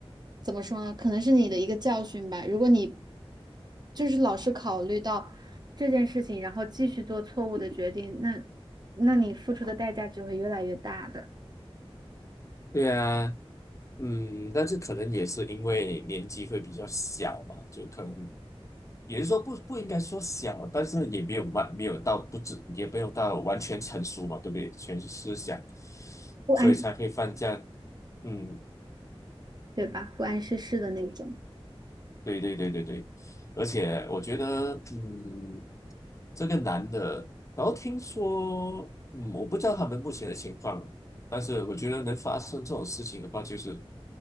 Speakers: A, on the right (about 45°); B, on the left (about 30°).
A: 怎么说呢？可能是你的一个教训吧。如果你就是老是考虑到这件事情，然后继续做错误的决定，那那你付出的代价只会越来越大的，
B: 对啊，嗯，但是可能也是因为年纪会比较小嘛，就可能也是说不不应该说小，但是也没有完没有到不知也没有到完全成熟嘛，对不对？全是思想，
A: 不谙，
B: 所以才会犯这样，嗯，
A: 对吧？不谙世事的那种。
B: 对对对对对，而且我觉得，嗯，这个男的，然后听说，嗯，我不知道他们目前的情况，但是我觉得能发生这种事情的话，就是，